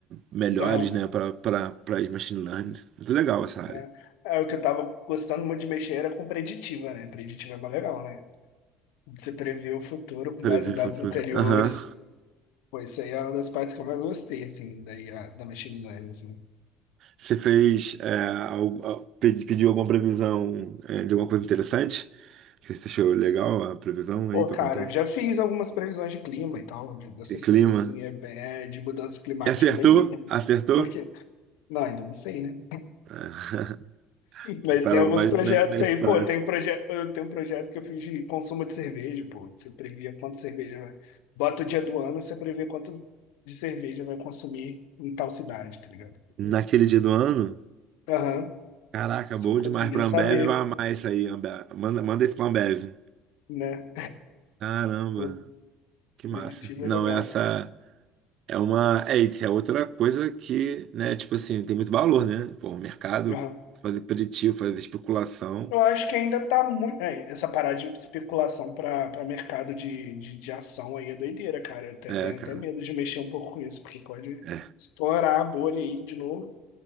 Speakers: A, on the right; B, on the left.
A: melhores,
B: Aham.
A: né, para para machine learning. Muito legal essa área.
B: É. É, o que eu tava gostando muito de mexer era com preditiva, né? Preditiva é mais legal, né? Você prevê o futuro com
A: Prever
B: base em dados
A: futuro.
B: anteriores.
A: Aham.
B: Pô, isso aí é uma das partes que eu mais gostei, assim, daí, a- da machine learning, assim.
A: Você fez é, algo- a- pedi- pediu alguma previsão é, de alguma coisa interessante? Que você achou legal a previsão aí
B: Pô,
A: para
B: cara,
A: contar?
B: eu já fiz algumas previsões de clima e tal, de- dessas
A: E clima.
B: coisas, assim, é, bem- é de mudança climática,
A: E acertou?
B: é doideira. né?
A: Acertou?
B: Porque, não, ainda não sei, né?
A: <laughs>
B: Mas
A: Para
B: tem alguns
A: o mais
B: projetos
A: mé- médio
B: aí,
A: prazo.
B: pô, tem um projeto, eu tenho um projeto que eu fiz de consumo de cerveja, pô. Você previa quanto cerveja vai. Bota o dia do ano, você prevê quanto de cerveja vai consumir em tal cidade, tá ligado?
A: Naquele dia do ano?
B: Aham.
A: Caraca,
B: Você
A: bom
B: conseguia
A: demais pra Ambev,
B: saber,
A: vai amar isso aí, Ambev. Manda, manda isso pra Ambev.
B: né?
A: Caramba,
B: O
A: que massa.
B: preditivo
A: Não,
B: é legal.
A: essa. É uma. É, e é outra coisa que, né, tipo assim, tem muito valor, né? Pô, o mercado
B: Aham.
A: fazer preditivo, fazer especulação.
B: Eu acho que ainda tá muito. é, essa parada de especulação para para mercado de, de, de ação aí é doideira, cara. Eu te-
A: É,
B: tenho
A: cara.
B: até medo de mexer um pouco com isso, porque pode
A: É.
B: estourar a bolha aí de novo.